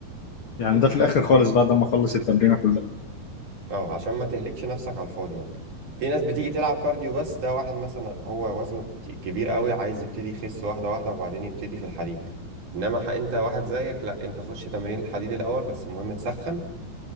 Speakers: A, on the left; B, on the right.
A: يعني ده في الاخر خالص بعد ما اخلص التمرينه كلها
B: اه عشان ما تهلكش نفسك على الفاضي يعني في ناس بتيجي تلعب كارديو بس ده واحد مثلا هو وزنه كت- كبير قوي عايز يبتدي يخس واحدة واحدة وبعدين يبتدي في الحديد انما ح- انت واحد زيك لا انت خش تمارين الحديد الاول بس المهم تسخن